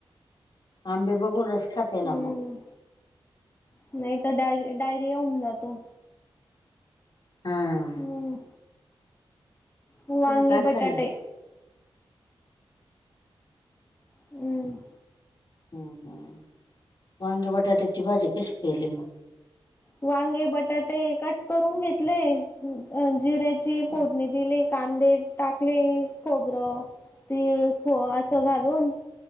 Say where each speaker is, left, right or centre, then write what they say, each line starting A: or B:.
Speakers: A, on the left; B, on the left.
A: आंबे बघूनच खाते
B: हम्म
A: ना मग
B: नाही तर डाय- डायरिया होऊन जातो.
A: हा
B: हम्म वांगी,
A: तुम्ही काय
B: बटाटे
A: खाल्लं
B: हम्म
A: हम्म -हम्म वांगी -बटाट्याची भाजी कशी केली मग?
B: वांगे, बटाटे कट करून घेतले, जिऱ्याची फोडणी
A: हम्म
B: दिली. कांदे टाकले, खोबरं, तीळ ख- असं घालून